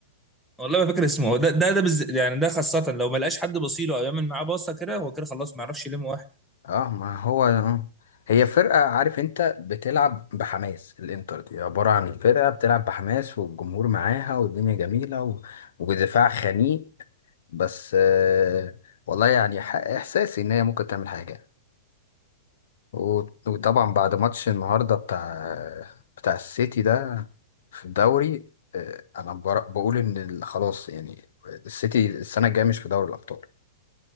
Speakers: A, in the centre; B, on the left (about 65°).
A: والله ما فاكر اسمه هو ده ده ده بز... يعني ده خاصة لو ما لقاش حد بصيله او يعمل معاه باصة كده هو كده خلاص ما يعرفش يلم واحد
B: اه ما هو آه. هي فرقه عارف انت بتلعب بحماس الانتر دي عباره عن فرقه بتلعب بحماس والجمهور معاها والدنيا جميله و... ودفاع خنيق بس آه، والله يعني ح- احساسي ان هي ممكن تعمل حاجه يعني. وت- وطبعا بعد ماتش النهارده بتاع بتاع السيتي ده في الدوري آه، انا بر- بقول ان ال- خلاص يعني السيتي السنه الجايه مش في دوري الابطال